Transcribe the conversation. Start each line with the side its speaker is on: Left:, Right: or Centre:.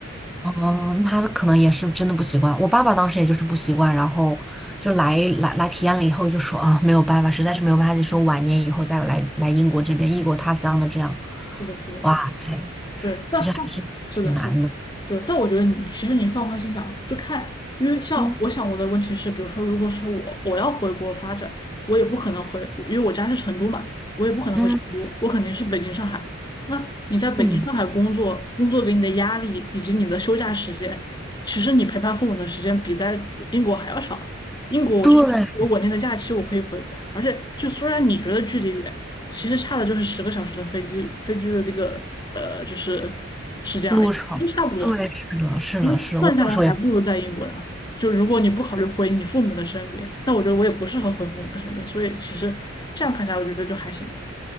Centre: 嗯，他可能也是真的不习惯。我爸爸当时也就是不习惯，然后就来来来体验了以后就说啊，没有办法，实在是没有办法接受，晚年以后再来来英国这边异国他乡的这样。
Left: 是的，是的，
Centre: 哇塞，
Left: 对，
Centre: 其实还是挺难的。
Left: 但但是的是的，对，但我觉得你其实你放宽心想，就看，因为像我想我的问题是，
Centre: 嗯，
Left: 比如说，如果说我我要回国发展，我也不可能回，因为我家是成都嘛，我也不可能回成都，
Centre: 嗯。
Left: 我肯定是北京、上海。那你在北京、
Centre: 嗯，
Left: 上海工作，工作给你的压力以及你的休假时间，其实你陪伴父母的时间比在英国还要少。英国我至少我稳定的假期，
Centre: 对，
Left: 我可以回国，而且就虽然你觉得距离远。其实差的就是十个小时的飞机飞机的那个呃，就是时间而已，
Centre: 路程，
Left: 都差不多。
Centre: 对，是的，是的，
Left: 其实算下来还不如在英国呢。
Centre: 是的，我有时候也，
Left: 就如果你不考虑回你父母的身边，那我觉得我也不适合回父母的身边，所以其实这样看下来，我觉得就还行。